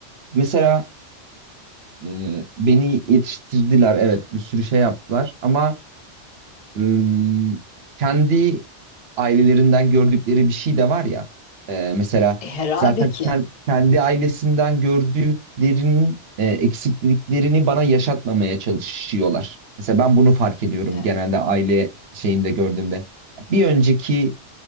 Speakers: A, on the right; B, on the left.
A: mesela e, beni yetiştirdiler, evet bir sürü şey yaptılar ama ım, kendi ailelerinden gördükleri bir şey de var ya. Ee, mesela
B: E, herhalde
A: zaten
B: ki.
A: ken- kendi ailesinden gördüklerinin e, eksikliklerini bana yaşatmamaya çalışıyorlar. Mesela ben bunu fark ediyorum
B: Evet,
A: genelde aile şeyinde gördüğümde. Bir önceki